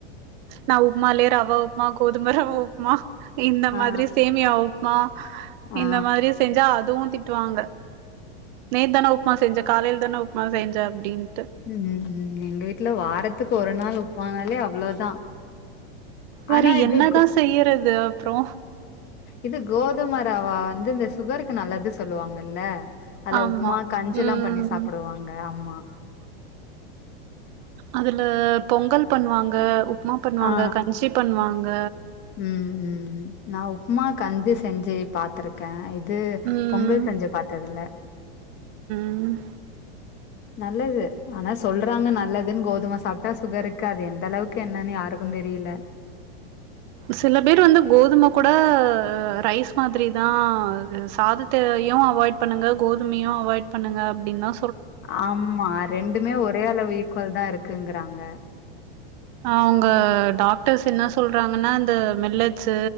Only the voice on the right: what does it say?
நா உப்மாலேயே ரவ உப்மா கோதும ரவ உப்மா இந்த மாதிரி
சேமியா உப்மா
இந்த மாதிரி செஞ்சா அதுவு திட்டுவாங்க நேத் தானே உப்மா செஞ்சே காலையில தானே உப்மா செஞ்சே அப்டின்ட்டு
வேற
என்னதா
செய்றது அப்றோ
ஆமா
ம்
அதுல பொங்கல் பண்ணுவாங்க உப்மா பண்ணுவாங்க
கஞ்சி பண்வாங்க
ம்
ம்
சில பேர் வந்து கோதும கூட ரைஸ் மாதிரி தா சாதத்தையு அவாய்ட் பண்ணுங்க கோதுமையு அவாய்ட் பண்ணுங்க அப்டின் தா
அவுங்க டாக்டர்ஸ் என்ன சொல்றாங்கன்னா இந்த மில்லட்ஸு